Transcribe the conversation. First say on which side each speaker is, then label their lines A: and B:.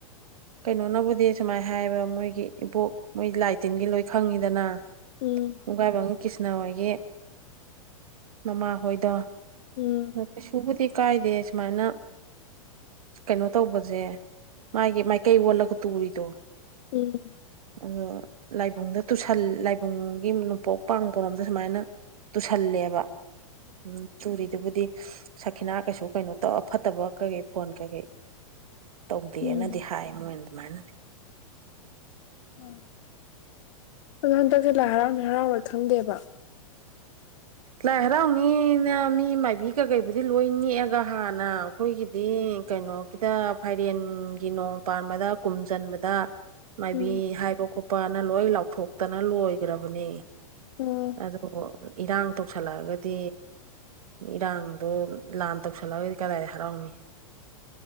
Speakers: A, on the right (about 80°); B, on the left (about 55°).
A: ꯀꯩꯅꯣꯅꯕꯨꯗꯤ ꯁꯨꯃꯥꯏ ꯍꯥꯏꯕꯌꯦꯕ ꯃꯣꯏꯒꯤ ꯏꯕꯣꯛ ꯃꯣꯏ ꯂꯥꯏ ꯇꯤꯟꯒꯤ ꯂꯣꯏ ꯈꯪꯉꯤꯗꯅ
B: ꯎꯝ
A: ꯑꯟꯏꯟꯇꯦꯜꯂꯤꯖꯤꯕꯜ ꯀ꯭ꯔꯤꯁꯅ ꯍꯣꯏꯒꯤ ꯃꯃꯥꯍꯣꯏꯗꯣ
B: ꯎꯝ
A: ꯑ ꯀꯩꯁꯨꯕꯨꯗꯤ ꯀꯥꯏꯗꯦ ꯁꯨꯃꯥꯏꯅ ꯀꯩꯅꯣ ꯇꯧꯕꯖꯦ ꯃꯥꯒꯤ ꯀꯩ ꯑꯣꯜꯂꯒ ꯇꯨꯔꯤꯗꯣ
B: ꯎꯝ
A: ꯑꯗꯣ ꯂꯥꯏꯕꯨꯡꯗ ꯇꯨꯁꯜ ꯂꯥꯏꯕꯨꯡꯒꯤ ꯅꯣꯡꯄꯣꯛ ꯄꯥꯡꯕꯔꯣꯝꯗ ꯁꯨꯃꯥꯏꯅ ꯇꯨꯁꯜꯂꯦꯕ ꯎꯝ ꯇꯨꯔꯤꯗꯨꯕꯨꯗꯤ ꯈꯤꯅꯥ ꯀꯩꯁꯨ ꯀꯩꯅꯣ ꯇꯧ ꯑ ꯐꯠꯇꯕ ꯀꯩꯀꯩ ꯐꯣꯟ ꯀꯩꯀꯩ ꯇꯧꯗꯦꯅꯗꯤ
B: ꯎꯝ
A: ꯍꯥꯏ ꯍ ꯑꯗꯨꯃꯥꯏꯅꯗꯤ
B: ꯎꯝ ꯑꯗꯣ ꯍꯟꯗꯛꯁꯦ ꯂꯥꯏ ꯍꯔꯥꯎꯅꯤ ꯍꯔꯥꯎꯔꯣꯏ ꯈꯪꯗꯦꯕ
A: ꯂꯥꯏ ꯍꯔꯥꯎꯅꯤꯅ ꯃꯤ ꯃꯥꯏꯕꯤ ꯀꯀꯩꯕꯨꯗꯤ ꯂꯣꯏ ꯅꯦꯛꯑꯒ ꯍꯥꯟꯅ ꯑꯩꯈꯣꯏꯒꯤꯗꯤ ꯀꯩꯅꯣꯒꯤꯗ ꯐꯥꯏꯔꯦꯟꯒꯤ ꯅꯣꯡ ꯄꯥꯟꯕꯗ ꯀꯨꯝ ꯆꯟꯕꯗ ꯃꯥꯏꯕꯤ
B: ꯎꯝ
A: ꯍꯥꯏꯕ ꯈꯣ ꯄꯥꯅ ꯂꯣꯏ ꯂꯥꯎꯊꯣꯛꯇꯅ ꯂꯣꯏꯒ꯭ꯔꯕꯅꯦ
B: ꯎꯝ
A: ꯑꯗꯣ ꯏꯔꯥꯡ ꯇꯧꯁꯜꯂꯛꯑꯒꯗꯤ ꯏꯔꯥꯡꯗꯣ ꯂꯥꯟ ꯇꯧꯁꯜꯂꯛꯑꯒꯗꯤ ꯀꯗꯥꯏꯗ ꯍꯔꯥꯎꯅꯤ